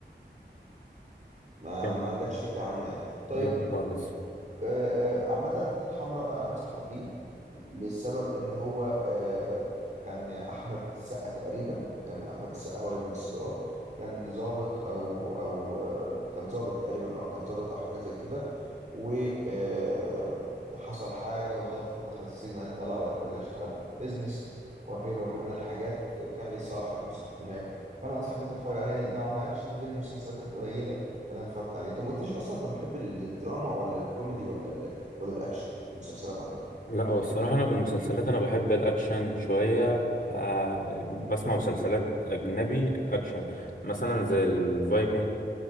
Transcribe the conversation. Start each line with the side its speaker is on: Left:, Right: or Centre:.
Right: ما,
Left: كان-
Right: ما عندكش فكرة عنه يعني طيب
Left: لا خالص
Right: آه، آه، عامة خطوط حمراء أنا أنصحك بيه لسبب إن هو آه، كان أحمد السقا تقريبا كان أحمد السقا هو اللي بيمثله أه كان ضابط أو أو آه، كان ضابط تقريبا أه كان ضابط أو حاجة زي كده وحصل حاجة وظرف ودخل السجن وبعدين طلع وبعد كده بدأ يشتغل في البيزنس وغيره وغيره من الحاجات وكان ليه صاحب وصاحبه مات فأنا أنصحك أنت تتفرج عليه يعني نوعا ما أكشن دي من المسلسلات القليلة انا اتفرجت عليه انت ما قلتليش اصلا انت محب لل- للدراما ولا الكوميدي ولا ال... ولا الاكشن في المسلسلات عامه
Left: لا هو الصراحة أنا في المسلسلات أنا بحب الأكشن شوية فبسمع مسلسلات أجنبي أكشن مثلا زي الفايكنج